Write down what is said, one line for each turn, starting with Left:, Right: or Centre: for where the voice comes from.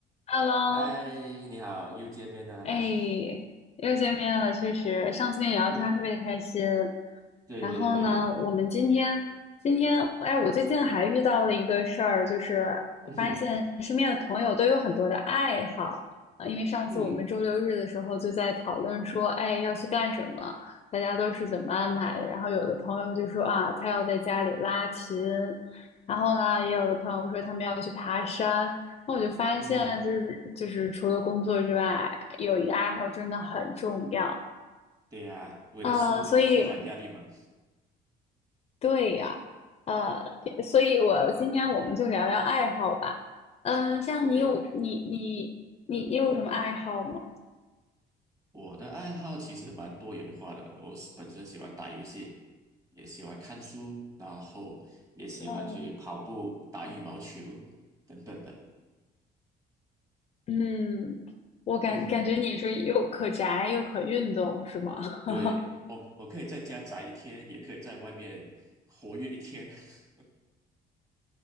Left: Hello，
Right: 嗨，你好，又见面啦！
Left: 哎，
Right: <laughs>
Left: 又见面了，确实，上次跟你聊天儿特别开心。
Right: 嗯，对对对，
Left: 然后呢，我们今天今天，哎，我最近还遇到了一个事儿，就是我发现身边的朋友都有很多的爱好啊，
Right: 嗯哼
Left: 因为上次我们周六日的时候就在讨论说，
Right: 嗯
Left: 哎，要去干什么，大家都是怎么安排的。然后有的朋友就说啊，他要在家里拉琴，然后呢，也有的朋友说他们要去爬山。那我就发现，
Right: 嗯，
Left: 就是就是除了工作之外，有一个爱好真的很重要。
Right: 对呀、为了舒舒缓压力嘛。
Left: 啊，所以对呀，呃，所以我今天我们就聊聊爱好吧。嗯、呃像你有你你你你有什么爱好吗？
Right: 对，我的爱好其实蛮多元化的，我是本身喜欢打游戏，也喜欢看书，然后也喜欢去跑步、
Left: 嗯
Right: 打羽毛球等等的。
Left: 嗯，我感感觉你是又可宅又可运动，
Right: 嗯，
Left: 是吗？<laughs>
Right: 对，我我可以在家宅一天，也可以在外面活跃一天。<laughs>